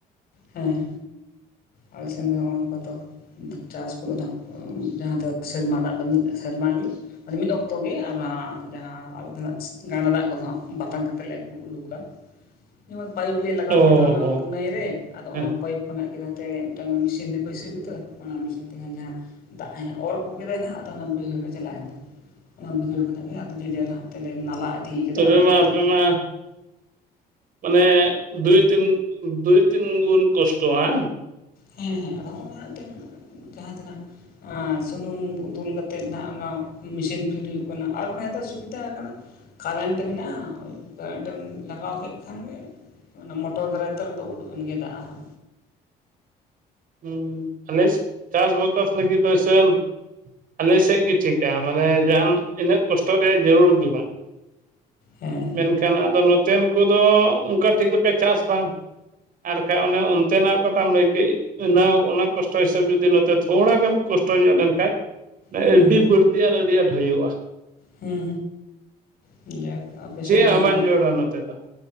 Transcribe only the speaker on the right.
ᱚ
ᱦᱚᱸ
ᱦᱮᱸ
ᱛᱚᱵᱮ
ᱢᱟ
ᱢᱟ ᱵᱚᱞᱮ ᱵᱟᱹᱫᱽ ᱨᱮᱱ ᱵᱟᱹᱫᱽ ᱨᱮ ᱵᱚ ᱠᱚᱥᱴᱚᱜ-ᱟ
<unintelligible> ᱟᱞᱮ ᱥᱮᱫ ᱜᱮ ᱴᱷᱤᱠᱟ ᱢᱟᱱᱮ ᱡᱟᱦᱟᱱ ᱤᱱᱟᱹᱜ ᱠᱚᱥᱴᱚ ᱨᱮᱭᱟᱜ ᱡᱟᱹᱨᱩᱲ ᱜᱮ ᱵᱟᱝ
ᱢᱮᱱᱠᱷᱟᱱ ᱟᱫᱚ ᱱᱚᱛᱮᱱ ᱠᱩ ᱫᱚ ᱚᱱᱠᱟ ᱴᱷᱤᱠ ᱞᱮᱠᱟ ᱪᱟᱥ ᱵᱟᱝ ᱟᱨᱠᱷᱟᱡ ᱚᱱᱮ ᱚᱱᱛᱮᱱᱟᱜ ᱚᱠᱟᱴᱟᱢ ᱞᱟᱹᱭ ᱠᱮᱫ ᱚᱱᱟ ᱚᱱᱟ ᱠᱚᱥᱴᱚ ᱦᱤᱥᱟᱹᱵ ᱡᱩᱫᱤ ᱱᱚᱛᱮ ᱛᱷᱚᱲᱟ ᱜᱟᱱ ᱠᱚᱥᱴᱚ ᱧᱚᱜ ᱞᱮᱱᱠᱷᱟᱡ
ᱟᱹᱰᱤ
ᱵᱟᱹᱲ ᱛᱮᱭᱟᱨ ᱟᱹᱰᱤ ᱟᱸᱴ ᱦᱩᱭᱩᱜᱼᱟ
ᱪᱮᱫ
ᱦᱚᱸ
ᱵᱟᱝ
ᱡᱚᱲᱟ ᱱᱚᱛᱮ ᱫᱚ